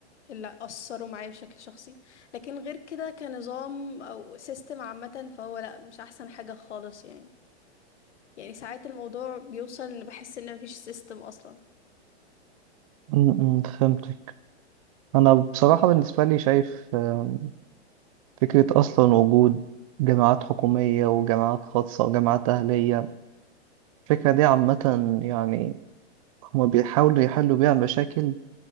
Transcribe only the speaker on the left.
اللي أثروا معايا بشكل شخصي لكن غير كده كنظام أو سيستم عامة فهو لأ مش أحسن حاجة خالص يعني يعني ساعات الموضوع بيوصل إن بحس إن مفيش سيستم أصلا